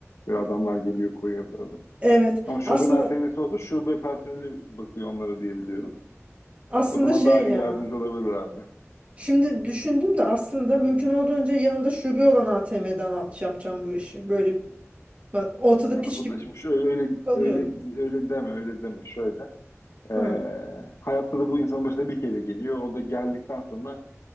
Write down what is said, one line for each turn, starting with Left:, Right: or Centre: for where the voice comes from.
Left: Böyle adamlar geliyor koyuyor paraları.
Right: Evet.
Left: Ama şubenin
Right: Aslında
Left: ATM'si olsa şube personeli bakıyor onlara diye biliyorum.
Right: aslında
Left: O zaman
Right: şey
Left: daha iyi
Right: ya.
Left: yardımcı olabilirlerdi.
Right: Şimdi düşündüm de aslında mümkün olduğunca yanında şube olan ATM'den al- şey yapacağım bu işi. Böyle ben- ortada
Left: Ya
Right: piş
Left: bu
Right: gibi
Left: da şimdi şöyle öyle
Right: kalıyorsun.
Left: öyle öyle deme öyle deme şöyle. Ee,
Right: Hı.
Left: hayatta da bu insanın başına bir kere geliyor. O da geldikten sonra